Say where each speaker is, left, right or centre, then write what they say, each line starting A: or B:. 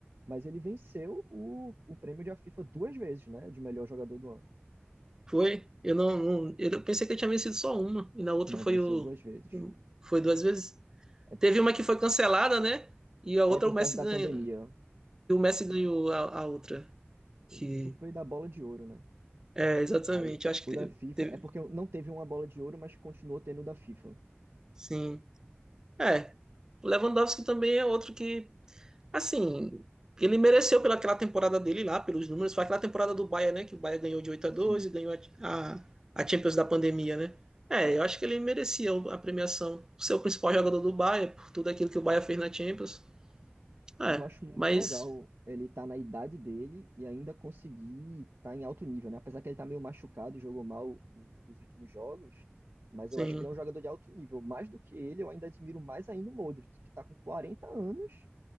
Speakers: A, on the right; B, on the right.
A: mas ele venceu o, o prêmio da FIFA duas vezes, né? De melhor jogador do ano.
B: Foi? Eu não, não- Eu pensei que eu tinha vencido só uma, e na outra
A: Não
B: foi
A: venceu
B: o.
A: duas vezes.
B: Foi duas vezes.
A: É,
B: Teve uma que foi cancelada, né? E a outra
A: é por
B: o Messi
A: causa da
B: ganhou.
A: pandemia.
B: E o Messi ganhou a, a outra. Que.
A: Isso foi da bola de ouro, né?
B: É, exatamente.
A: Aí
B: Acho
A: o
B: que
A: da
B: teve.
A: FIFA
B: teve-
A: é porque não teve uma bola de ouro, mas continuou tendo o da FIFA.
B: Sim. É. O Lewandowski também é outro que Assim, ele mereceu pela aquela temporada dele lá, pelos números. Foi aquela temporada do Bayern, né? Que o Bayern ganhou de oito a doze
A: Sim,
B: e ganhou a, a, a Champions da pandemia, né? É,
A: isso.
B: eu acho que ele merecia o- a premiação. Ser o principal jogador do Bayern, por tudo aquilo que o Bayern fez na Champions. É,
A: E eu acho muito
B: mas,
A: legal ele estar na idade dele e ainda conseguir estar em alto nível, né? Apesar que ele tá meio machucado, jogou mal o- os últimos jogos, mas
B: sim,
A: eu acho que ele é um jogador de alto nível. Mais do que ele, eu ainda admiro mais ainda o Modric, que tá com 40 anos